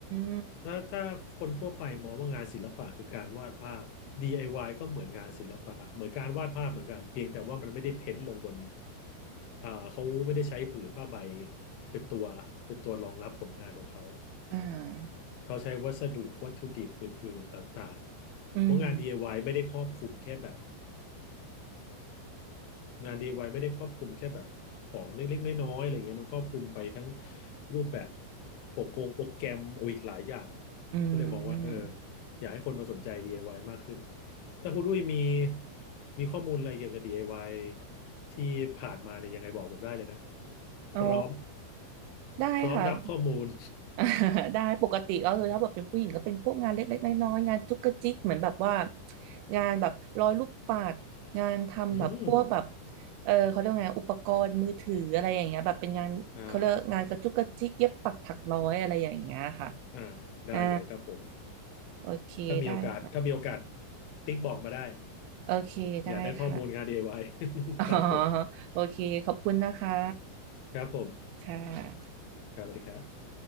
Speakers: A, on the right; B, on the left.
A: ม
B: ถ้าถ้าคนทั่วไปมองว่างานศิลปะคือการวาดภาพ DIY ก็เหมือนงานศิลปะเหมือนการวาดภาพเหมือนกันเพียงแต่ว่ามันไม่ได้เพ้นท์ลงบนอ่าเขาไม่ได้ใช้ผืนผ้าใบเป็นตัวเป็นตัวรองรับผลงานของเขา
A: อ่า
B: เขาใช้วัสดุวัตถุดิบอื่นๆต่างๆเพราะงาน
A: อืม
B: DIY ไอวายไม่ได้ครอบคลุมแค่แบบ งาน DIY ไอวายไม่ได้ครอบคลุมแค่แบบของเล็กๆ น้อยๆอะไรเงี้ยมันครอบคลุมไปทั้งรูปแบบโปรกงโปรแกรมโอ้ยหลายอย่าง
A: อืม
B: ก็เลยมองว่าเอออยากให้คนมาสนใจ DIY มากขึ้น ถ้าคุณดุ้ยมีมีข้อมูลอะไรเกี่ยวกับ DIY ที่ผ่านมาเนี่ยยังไงบอกผมได้เลยนะพร้อม
A: อ๋อ ได้ค่ะ
B: พร้อมรับข้อมูล
A: <laughs> อ่า <laughs> ได้ปกติก็คือถ้าแบบเป็นผู้หญิงก็เป็นพวกงานเล็กๆน้อยๆงานจุกกระจิกเหมือนแบบว่างานแบบร้อยลูกปัดงานทำแบบพวกแบบ
B: อืม
A: เออเขาเรียกว่าไงอุปกรณ์มือถืออะไรอย่างเงี้ยแบบเป็นงานเขาเรียกงานกระจุกกระจิกเย็บปักถักร้อยอะไรอย่างเงี้ยค่ะ
B: อ่าอ่าได้เลยครับผม
A: อ่าโอเคได้ค่ะ
B: ถ้ามีโอกาสถ้ามีโอกาสติ๊กบอกมาได้
A: <laughs> โอเคได้ค่ะ
B: อยากได้ข้อมูลงาน DIY <laughs>
A: อ๋อ
B: ครับผม
A: โอเคขอบคุณนะคะ
B: ครับผม
A: ค่ะ
B: ครับสวัสดีครับ